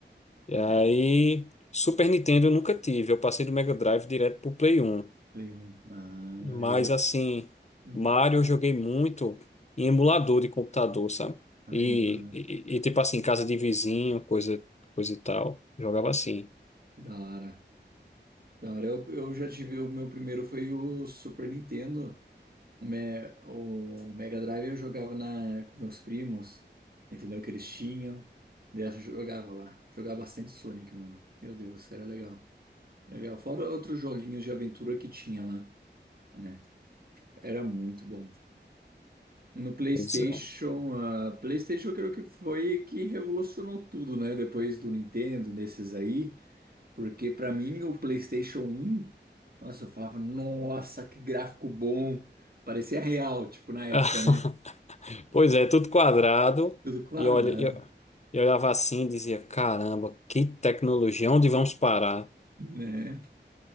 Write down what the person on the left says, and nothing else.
E aí,
Super Nintendo eu nunca tive, eu passei do Mega Drive direto pro Play 1.
Mas
assim,
Mario eu joguei muito em emulador de computador, sabe?
E,
e, e, tipo assim, casa de vizinho, coisa, coisa e tal. Jogava assim.
Pois é.
<laughs>
Pois é, tudo quadrado.
E olha, eu, eu olhava assim e dizia, caramba, que tecnologia, onde vamos parar?